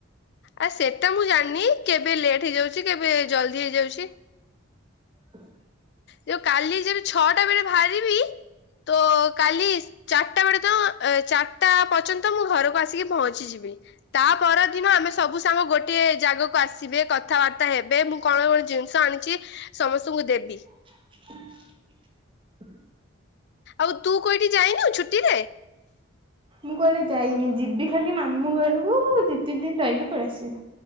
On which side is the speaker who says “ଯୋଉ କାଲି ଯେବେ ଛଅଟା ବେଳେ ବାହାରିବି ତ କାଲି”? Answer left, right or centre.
Left